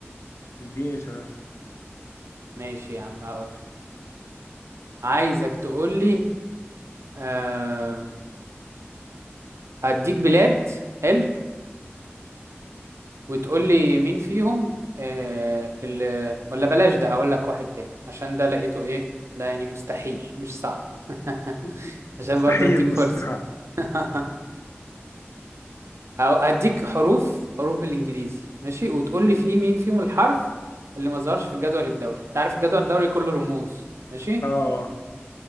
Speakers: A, on the left; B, on the right.
A: اديني سؤال
B: ماشي يا عم هقول لك عايزك تقول لي أه هديك بلاد حلو وتقول لي مين فيهم آه اللي ولا بلاش ده هقول لك واحد تاني عشان ده لقيته ايه ده يعني مستحيل مش صعب <laughs>
A: <laughs>
B: عشان
A: مستحيل
B: برضه اديك
A: مستحيل
B: فرصة <laughs> هو- هديك حروف حروف بالانجليزي ماشي وتقول لي فيه مين فيهم الحرف اللي ما ظهرش في الجدول الدوري انت عارف الجدول الدوري كله رموز ماشي
A: اه